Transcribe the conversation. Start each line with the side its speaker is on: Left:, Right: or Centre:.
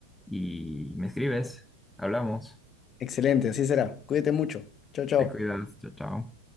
Centre: y me escribes, hablamos,
Left: Excelente, así será. Cuídate mucho. Chao, chao.
Centre: te cuidas, chao, chao.